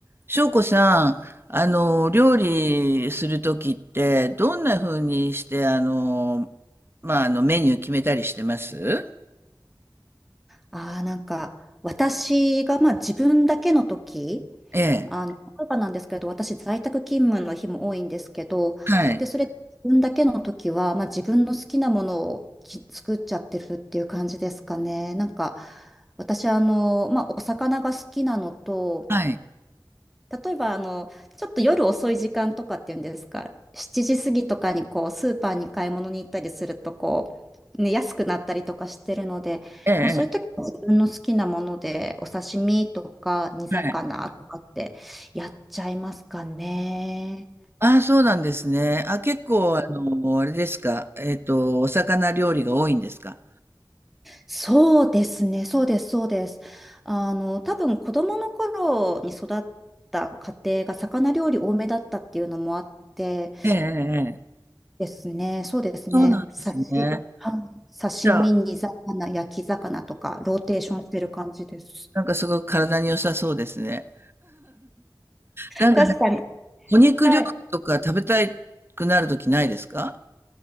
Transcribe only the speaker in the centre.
ああ、なんか、私が、まあ、自分だけの時、
あの、例えばなんですけど、私、在宅勤務の日も多いんですけど、
で、それ、自分だけの時は、まあ、自分の好きなものをき作っちゃってるっていう感じですかね。なんか、私、あの、まあ、お魚が好きなのと、
例えば、あの、ちょっと夜遅い時間とかっていうんですか、7時過ぎとかにこう、スーパーに買い物に行ったりすると、こう、ね、安くなったりとかしてるので、
まあ、そういう時は自分の好きなもので、お刺身とか煮魚とかってやっちゃいますかね。
そうですね、そうです、そうです。あの、多分子供の頃に育った家庭が魚料理多めだったっていうのもあって、
ですね。そうですね。
刺し、はい、刺身、
煮魚、焼き魚とか、ローテーションしてる感じです。
<laughs>
確かに。
はい。